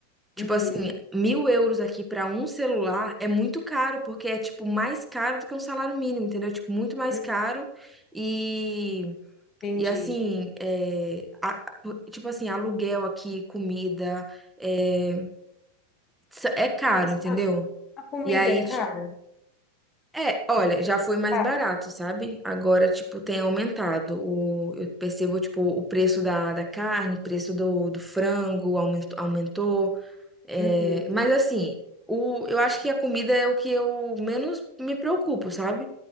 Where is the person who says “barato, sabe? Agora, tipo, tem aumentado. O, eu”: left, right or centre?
Centre